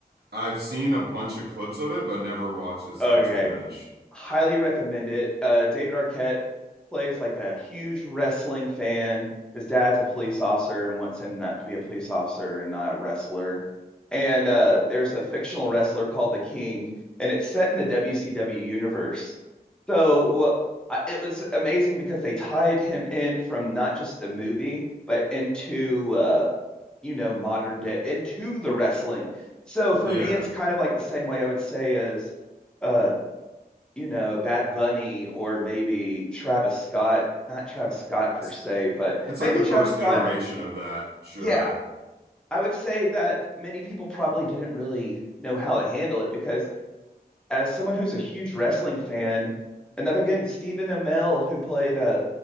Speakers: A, on the right; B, in the centre.
A: I've seen a bunch of clips of it, but never watched it start
B: Okay,
A: to finish.
B: highly recommend it. Uh, David Arquette plays like a huge wrestling fan. His dad's a police officer and wants him not to be a police officer and not a wrestler. And uh, there's a fictional wrestler called the King, and it's set in the WCW universe. So what I- it was amazing because they tied him in from not just the movie, but into uh, you know modern day into the wrestling. So for
A: Yeah.
B: me, it's kind of like the same way I would say as uh, you know, Bad Bunny or maybe Travis Scott, not Travis Scott per
A: It's,
B: se, but
A: it's
B: maybe
A: like the first
B: Travis Scott.
A: iteration
B: And
A: of that, sure.
B: yeah, I would say that many people probably didn't really know how to handle it because, as someone who's a huge wrestling fan, another again, Stephen Amell, who played uh,